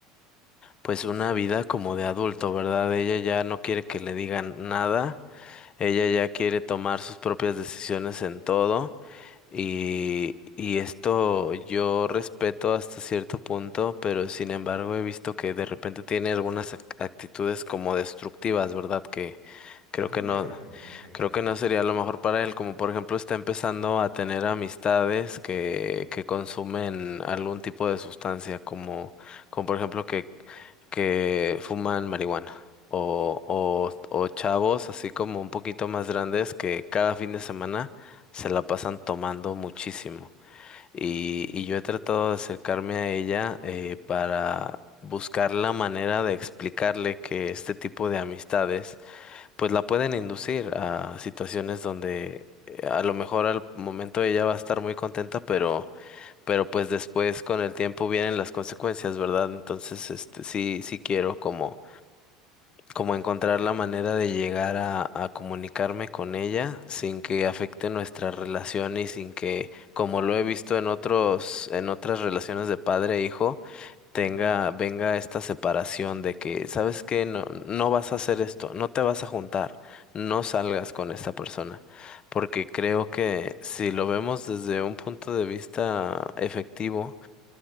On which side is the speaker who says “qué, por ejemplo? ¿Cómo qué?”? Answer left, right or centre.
Right